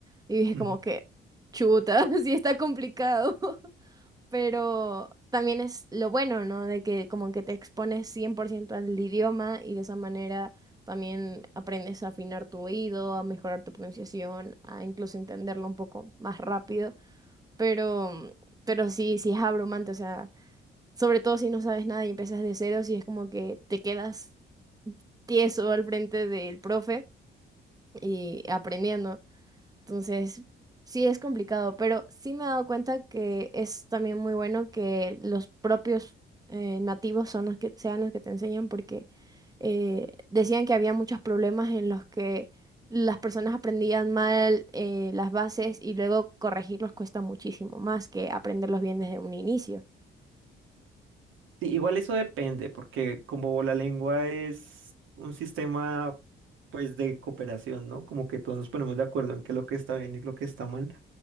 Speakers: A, on the right; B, on the right.
A: Y dije
B: Mm.
A: como que, chuta, <laughs> sí está complicado. pero también es lo bueno, ¿no? De que como que te expones 100% al idioma y de esa manera también aprendes a afinar tu oído, a mejorar tu pronunciación, a incluso entenderlo un poco más rápido, pero, mm, pero sí, sí es abrumante, o sea, sobre todo si no sabes nada y empiezas de cero, sí es como que te quedas tieso al frente del profe y aprendiendo. Entonces, sí es complicado, pero sí me he dado cuenta que es también muy bueno que los propios eh, nativos son los que sean los que te enseñan, porque eh, decían que había muchos problemas en los que las personas aprendían mal eh, las bases y luego corregirlos cuesta muchísimo más que aprenderlos bien desde un inicio.
B: Sí, igual eso depende, porque como la lengua es un sistema, pues, de cooperación, ¿no? Como que todos nos ponemos de acuerdo en qué es lo que está bien y lo que está mal.